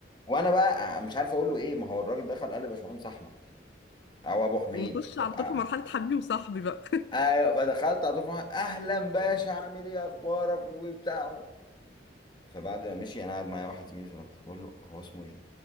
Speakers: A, on the left; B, on the left.
A: وانا بقى آه، مش عارف اقول له ايه ما هو الراجل دخل قال لي باشمهندس احمد او ابو حميد
B: نخش
A: طب
B: على طول
A: أ-
B: في مرحله حبيبي وصاحبي بقى
A: ايوه فدخلت على طول فرحان، اهلا باشا عامل ايه اخبارك وبتاع فبعد ما مشي انا قاعد معايا واحد زميلي في المكتب بقول له هو اسمه ايه